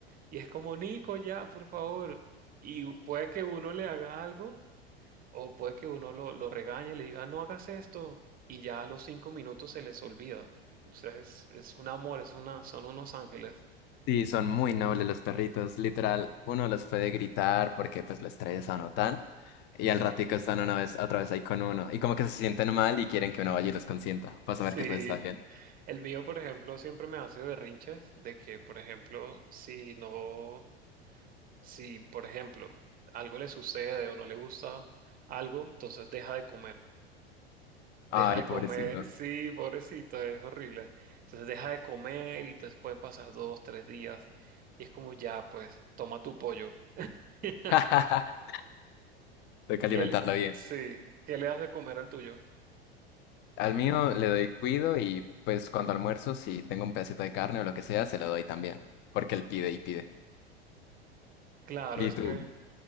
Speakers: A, on the right; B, on the left.
A: Y es como, Nico, ya, por favor. Y puede que uno le haga algo o puede que uno lo, lo regañe, le diga, no hagas esto. Y ya a los cinco minutos se les olvida. O sea, es, es un amor, es una, son unos ángeles.
B: Sí, son muy nobles los perritos. Literal, uno los puede gritar porque pues los tres notan. Y al ratico están una vez, otra vez ahí con uno. Y como que se sienten mal y quieren que uno vaya y los consienta. Para saber
A: Sí.
B: que todo está bien.
A: El mío, por ejemplo, siempre me hace berrinches de que, por ejemplo, si no, si, por ejemplo, algo le sucede o no le gusta algo, entonces deja de comer. deja
B: Ay,
A: de comer,
B: pobrecito.
A: sí, pobrecito, es horrible. Entonces deja de comer y entonces pueden pasar dos, tres días. Y es como ya, pues, toma tu pollo. <laughs>
B: <laughs> Tengo que alimentarlo
A: ¿Qué le-
B: bien.
A: sí, ¿qué le das de comer al tuyo?
B: Al mío le doy cuido y pues cuando almuerzo, si tengo un pedacito de carne o lo que sea, se lo doy también. Porque él pide y pide.
A: Claro,
B: Y
A: es
B: tú,
A: que